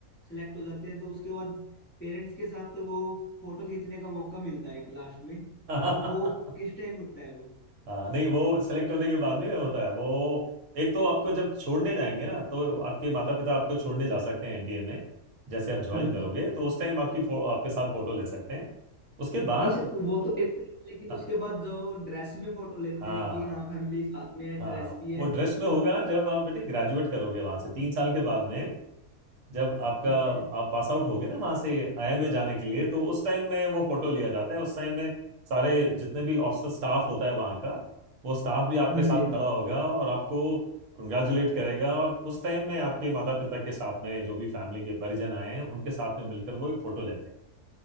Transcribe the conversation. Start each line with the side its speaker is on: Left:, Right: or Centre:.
Left: सेलेक्ट हो जाते हैं तो उसके बाद पेरेंट्स के साथ तो वो फोटो खींचने का मौका मिलता है एक लास्ट में
Right: पड़ेगा
Left: तो वो
Right: <laughs>
Left: किस टाइम होता है वो
Right: हाँ नहीं वो सेलेक्ट होने के बाद में क्या होता है वो एक तो आपको जब छोड़ने जाएंगे ना तो आपके माता पिता आपको छोड़ने जा सकते हैं एनडीए में जैसे आप ज्वाइन
Left: हाँ
Right: करोगे
Left: जी।
Right: तो उस टाइम आपकी फो, आपके साथ फोटो ले सकते हैं उसके बाद
Left: नहीं सर, वो तो लेते हैं लेकिन
Right: हाँ
Left: उसके बाद जो ड्रेस में फोटो लेते
Right: हाँ
Left: हैं कि हाँ फैमिली साथ में है
Right: हाँ,
Left: ड्रेस भी
Right: वो
Left: है
Right: ड्रेस में होगा जब आप बेटे ग्रेजुएट करोगे वहां से तीन साल के बाद में जब आपका
Left: ठीक है
Right: आप पास आउट होगे ना वहां से आईएमए जाने के लिए तो उस टाइम में वो फोटो लिया जाता है उस टाइम में सारे जितने भी ऑफिसर स्टाफ होता है वहां का वो स्टाफ भी आपके
Left: हाँ
Right: साथ
Left: जी हाँ जी
Right: खड़ा होगा और आपको कंग्रेचुलेट करेगा और उस टाइम में आपके माता पिता के साथ में जो भी फैमिली के परिजन आए हैं उनके साथ में मिलकर वो एक फोटो लेते हैं